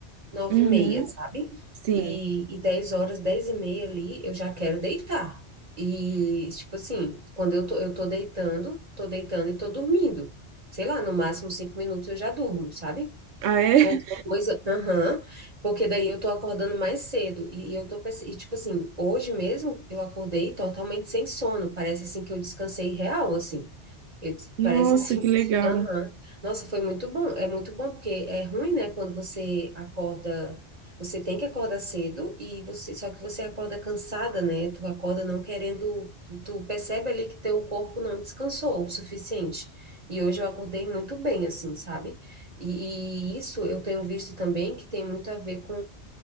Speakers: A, on the right (about 35°); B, on the right (about 75°).
A: nove
B: Uhum.
A: e meia, sabe?
B: Sim.
A: E, e 10 horas, 10 e meia ali, eu já quero deitar. E, tipo assim, quando eu tô, eu tô deitando, tô deitando e tô dormindo sei lá, no máximo cinco minutos eu já durmo, sabe?
B: Ah, é?
A: Outra coisa, aham, porque daí eu tô acordando mais cedo e, e eu tô pens- e tipo assim, hoje mesmo eu acordei totalmente sem sono, parece assim que eu descansei real, assim, eu, des-
B: Nossa,
A: parece <laughs> assim
B: que
A: que,
B: legal.
A: aham, Nossa, foi muito bom, é muito bom, porque é ruim, né, quando você acorda, você tem que acordar cedo e você, só que você acorda cansada, né, tu acorda não querendo, tu, tu percebe ali que teu corpo não descansou o suficiente, e hoje eu acordei muito bem, assim, sabe? E, e isso eu tenho visto também que tem muito a ver com